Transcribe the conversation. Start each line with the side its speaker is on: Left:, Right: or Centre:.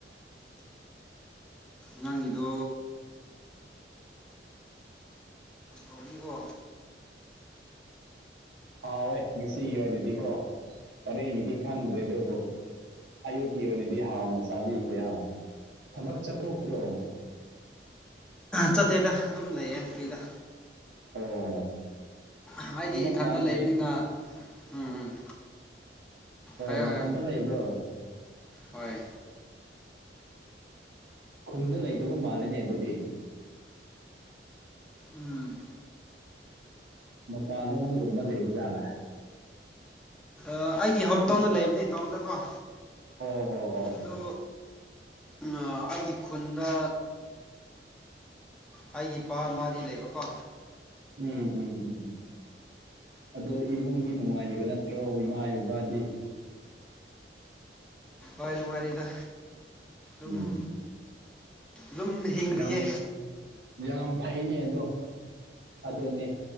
Centre: ꯅꯪꯒꯤꯗ ꯍꯧꯖꯤꯀꯣ
Right: ꯍꯥꯎꯋꯦ ꯉꯁꯤꯒꯤ ꯑꯣꯏꯅꯗꯤꯀꯣ ꯑꯔꯦ ꯏꯗꯤ ꯊꯥꯟ ꯔꯦꯗꯣꯕꯣ ꯑꯌꯨꯛꯀꯤ ꯑꯣꯏꯅꯗꯤ ꯍꯥꯟꯅ ꯆꯥꯕꯤꯈ꯭ꯔꯦ ꯍꯣꯏ ꯊꯕꯛ ꯆꯠꯊꯣꯛꯇ꯭ꯔꯣ
Centre: ꯆꯠꯇꯦꯗ ꯑꯗꯨꯝ ꯂꯩꯌꯦ ꯐ꯭ꯔꯤꯗ
Right: ꯑꯣ
Centre: ꯍꯥꯏꯗꯤ
Right: ꯍꯟꯗꯛꯀꯥꯟꯁꯦ
Centre: ꯏꯊꯟꯗ ꯂꯩꯕꯅꯤꯅ ꯎꯝ ꯎꯝ
Right: ꯑꯣ
Centre: ꯍꯥꯏꯌꯣ
Right: ꯅꯥꯊꯟꯗ
Centre: ꯍꯥꯏꯌꯣ
Right: ꯂꯩꯕ꯭ꯔꯣ
Centre: ꯍꯣꯏ
Right: ꯈꯨꯟꯗ ꯂꯩꯇꯕ ꯃꯥꯜꯂꯤꯅꯦ ꯑꯗꯨꯗꯤ
Centre: ꯎꯝ
Right: ꯃꯄꯥꯟꯂꯣꯝꯗꯒꯨꯝꯕ ꯂꯩꯕ ꯖꯥꯠꯂꯥ
Centre: ꯑꯩꯒꯤ ꯍꯣꯝ ꯇꯥꯎꯟꯗ ꯂꯩꯕꯅꯦ ꯇꯥꯎꯟꯗꯀꯣ
Right: ꯑꯣ ꯑꯣ ꯑꯣ
Centre: ꯑꯗꯨ
Right: ꯑꯣ
Centre: ꯑꯩꯒꯤ ꯈꯨꯟꯗ ꯑꯩꯒꯤ ꯏꯄꯥ ꯃꯗꯤ ꯂꯩꯕꯀꯣ
Right: ꯎꯝ -ꯎꯝ- ꯎꯝ- ꯎꯝ ꯑꯗꯣ ꯏꯃꯨꯡꯗꯤ ꯅꯨꯡꯉꯥꯏꯔꯤꯕ ꯅꯠꯇ꯭ꯔꯣ ꯏꯃꯥ ꯏꯕꯥꯗꯤ
Centre: ꯑꯏ ꯅꯨꯡꯉꯥꯏꯔꯤꯗ ꯑꯗꯨꯝ
Right: ꯎꯝ
Centre: ꯑꯗꯨꯝ ꯍꯤꯡꯂꯤꯌꯦ
Right: ꯌꯥꯝ -ꯌꯥꯝ ꯐꯩꯅꯦ ꯑꯗꯣ ꯑꯗꯨꯅꯤ